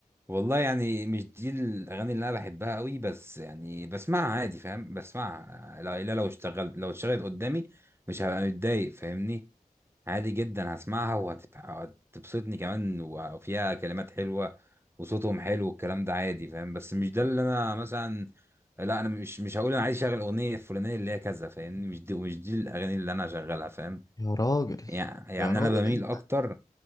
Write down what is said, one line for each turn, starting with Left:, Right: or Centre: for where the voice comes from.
Right: والله يعني مش دي الاغاني اللي انا بحبها قوي بس يعني بسمعها عادي فاهم بسمعها لا لا لو اشتغلت لو اشتغلت قدامي مش هبقى متضايق فاهمني عادي جدا هسمعها وهتت- وهتبسطني كمان وفيها كلمات حلوة وصوتهم حلو والكلام ده عادي فاهم بس مش ده اللي انا مثلا لا انا مش مش هقول انا عايز اشغل اغنية الفلانية اللي هي كذا فاهمني مش دي مش دي الاغاني اللي انا هشغلها فاهم
Left: يا راجل
Right: يعني يعني
Left: يا راجل
Right: انا بميل
Left: انت
Right: اكتر